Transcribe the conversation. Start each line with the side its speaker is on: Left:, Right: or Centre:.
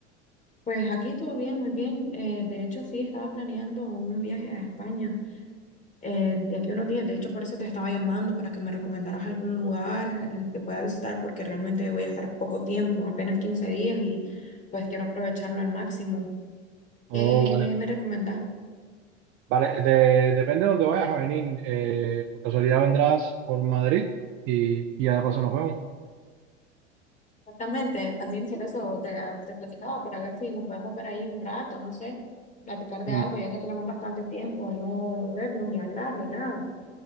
Left: Pues aquí todo bien, muy bien. Eh, de hecho, sí, estaba planeando un viaje a España eh, de aquí a unos días. De hecho, por eso te estaba llamando para que me recomendaras algún lugar en el que pueda visitar porque realmente voy a estar poco tiempo, apenas 15 días y pues quiero aprovecharlo al máximo.
Right: Oh,
Left: ¿Qué
Right: vale.
Left: me recomendás?
Right: Vale, de- depende de dónde vayas a venir. Eh, por casualidad vendrás por Madrid y, y ya de paso nos vemos.
Left: Exactamente, también por eso te, te platicaba, para ver si nos podemos ver ahí un rato, no sé, platicar de
Right: Mm,
Left: algo, ya que tenemos bastante tiempo de no vernos ni hablar ni nada.